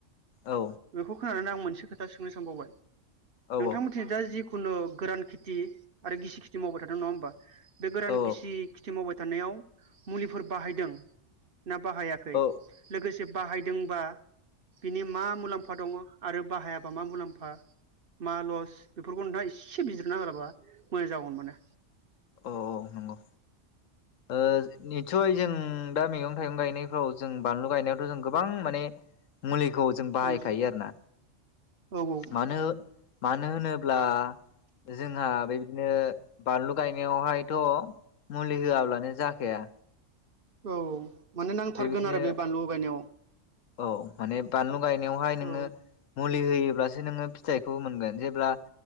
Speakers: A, on the left; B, on the right.
A: औ
B: बेखौ खोनानानै आं मोनसे खोथा सोंनो सानबावबाय
A: औ
B: नोंथांमोनथिनि दा जि‌ खुनु गोरान खेथि आरो गिसि खेथि मावबाय थादों नङा होमबा बे गोरान
A: औ
B: गि खेथि मावबाय थानायाव मुलिफोर बाहायदों ना बाहायाखै
A: औ
B: लोगोसे बाहायदोंबा बिनि मा मुलाम्फा दङ' आरो बाहायाबा मा मुलाम्फा मा लस बेफोरखौ नोंथहा एसे बिजिरना होबा मोजां जागौमोन माने।
A: औ औ नंगौ ओ निसय जों दा मैगं थाइगं गायनायफ्राव जों बानलु गायनायावथ' जों गोबां माने मुलिखौ जों बाहायखायो
B: उम
A: आरो ना।
B: औ औ
A: मानो मानो होनोब्ला जोंहा बेबायदिनो बानलु‌ गायनायावहायथ' मुलि होआब्लानो जाखाया।
B: औ माने नांथारगोन
A: बेबायदिनो
B: आरो बे बानलु गायनायाव
A: औ माने बानलु गायनायावहाय नोङो
B: औ
A: मु लि होयोब्लासो नोङो फिथाइखौ मोनगोन जेब्ला